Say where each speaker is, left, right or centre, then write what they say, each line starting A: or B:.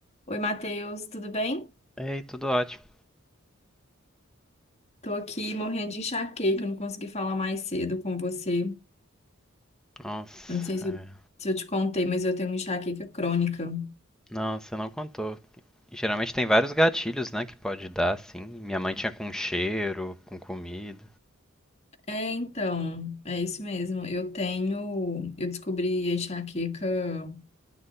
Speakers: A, on the left (about 30°); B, in the centre.
A: Oi, Matheus, tudo bem?
B: Ei, tudo ótimo.
A: Tô aqui morrendo de enxaqueca, eu não consegui falar mais cedo com você.
B: Nossa,
A: Eu não sei se
B: é.
A: eu, se eu te contei, mas eu tenho uma enxaqueca crônica.
B: Não, você não contou. E Geralmente tem vários gatilhos, né, que pode dar, assim. Minha mãe tinha com cheiro, com comida.
A: É, então, é isso mesmo. Eu tenho, eu descobri a enxaqueca